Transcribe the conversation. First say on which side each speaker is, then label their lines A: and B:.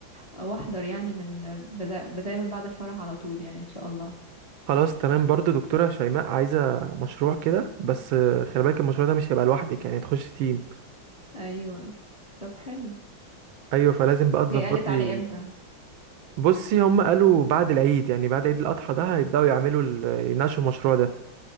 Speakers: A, on the left; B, on the right.
A: واحضر يعني من آه، بدا... بداية من بعد الفرح على طول يعني ان شاء الله
B: خلاص تمام برضو دكتورة شيماء عايزة مشروع كده بس آه، خلي بالك المشروع ده مش هيبقى لوحدك يعني تخش تيم
A: ايوه طب حلو
B: ايوه فلازم بقى تظبطي
A: هي قالت علي امتى
B: بصي هم قالوا بعد العيد يعني بعد عيد الاضحى ده هيبداوا يعملوا ال- يناقشوا المشروع ده